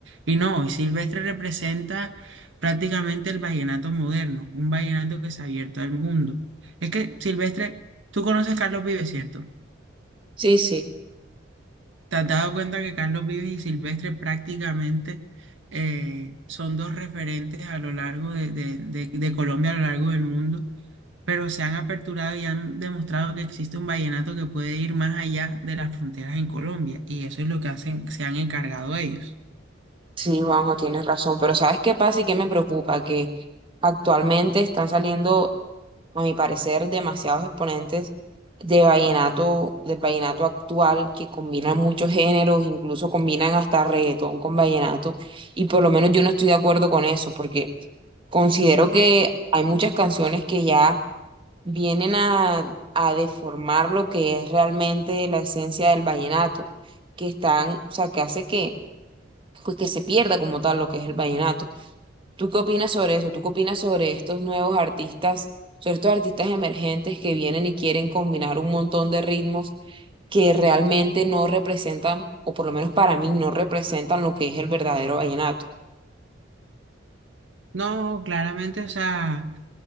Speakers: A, on the right; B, on the right.
A: Y no, y Silvestre representa prácticamente el vallenato moderno, un vallenato que se ha abierto al mundo. Es que Silvestre, tú conoces a Carlos Vives, ¿cierto?
B: Sí, sí.
A: ¿Te has dado cuenta que Carlos Vives y Silvestre prácticamente eh, son dos referentes a lo largo de de- de- de Colombia, a lo largo del mundo? pero se han aperturado y han demostrado que existe un vallenato que puede ir más allá de las fronteras en Colombia, y eso es lo que hacen, se han encargado ellos.
B: Sí, Juanjo, tienes razón, pero ¿sabes qué pasa y qué me preocupa? Que actualmente están saliendo, a mi parecer, demasiados exponentes de vallenato, del vallenato actual, que combinan muchos géneros, incluso combinan hasta reggaetón con vallenato, y por lo menos yo no estoy de acuerdo con eso, porque considero que hay muchas canciones que ya vienen a, a deformar lo que es realmente la esencia del vallenato, que están, o sea, que hace que pues, que se pierda como tal lo que es el vallenato. ¿Tú qué opinas sobre eso? ¿Tú qué opinas sobre estos nuevos artistas, sobre estos artistas emergentes que vienen y quieren combinar un montón de ritmos que realmente no representan, o por lo menos para mí, no representan lo que es el verdadero vallenato?
A: No, claramente, o sea,